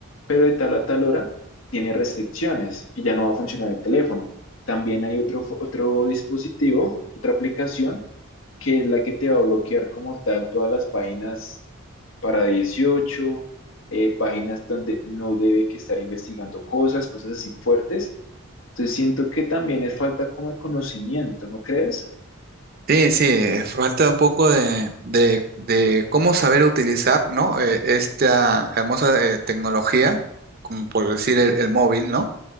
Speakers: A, on the left; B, on the right.
A: pero de tal a tal hora tiene restricciones y ya no va a funcionar el teléfono. También hay otro, otro dispositivo, otra aplicación, que es la que te va a bloquear como tal todas las páginas para dieciocho eh, páginas donde no debe que estar investigando cosas, cosas así fuertes entonces siento que también es falta como de conocimiento, ¿no crees?
B: Sí, sí, eh, falta un poco de, de- de cómo saber utilizar, ¿no? Eh, esta hermosa eh, tecnología, como por decir el, el móvil, ¿no?